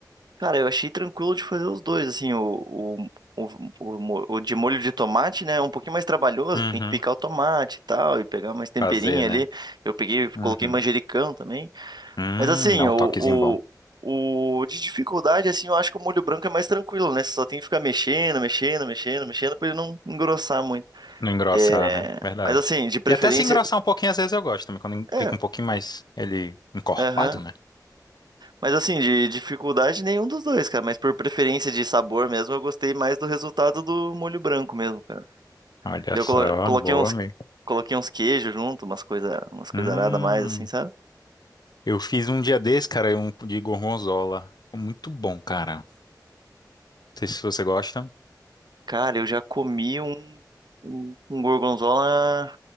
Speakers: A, on the right; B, on the left.
A: Cara, eu achei tranquilo de fazer os dois, assim, o, o, o, o, mo- o de molho de tomate, né, é um pouquinho mais trabalhoso,
B: Uhum.
A: tem que picar o tomate e tal, e pegar mais temperinho
B: Fazer, né?
A: ali. Eu peguei,
B: Uhum.
A: coloquei manjericão também.
B: Hum,
A: Mas assim,
B: dá um
A: o,
B: toquezinho bom.
A: o, o de dificuldade, assim, eu acho que o molho branco é mais tranquilo, né, você só tem que ficar mexendo, mexendo, mexendo, mexendo, pra ele não engrossar muito.
B: Não engrossar,
A: É...
B: né? Verdade.
A: Mas assim, de preferência,
B: E até se engrossar um pouquinho, às vezes eu gosto também, quando
A: é,
B: fica um pouquinho mais ele encorpado,
A: aham.
B: né?
A: Mas assim, de dificuldade nenhum dos dois, cara. Mas por preferência de sabor mesmo, eu gostei mais do resultado do molho branco mesmo, cara.
B: Olha
A: Daí
B: só,
A: Eu colo- coloquei
B: boa,
A: uns,
B: amigo.
A: coloquei uns queijos junto, umas coisa, umas coisa
B: Hum.
A: arada a mais, assim, sabe?
B: Eu fiz um dia desse, cara, um de gorgonzola. Muito bom, cara. Não sei se você gosta.
A: Cara, eu já comi um, um, um gorgonzola.